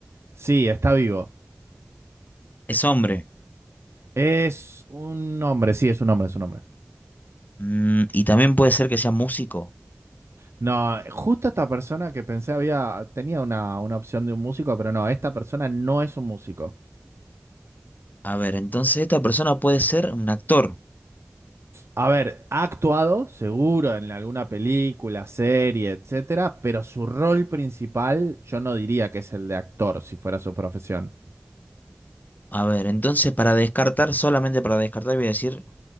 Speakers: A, on the right; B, on the left.
A: Sí, está vivo.
B: Es hombre.
A: Es un hombre, sí, es un hombre, es un hombre.
B: Mm, y también puede ser que sea músico.
A: No, justo esta persona que pensé había, tenía una, una opción de un músico, pero no, esta persona no es un músico.
B: A ver, entonces esta persona puede ser un actor.
A: A ver, ha actuado, seguro, en alguna película, serie, etcétera, pero su rol principal yo no diría que es el de actor, si fuera su profesión.
B: A ver, entonces para descartar, solamente para descartar, voy a decir,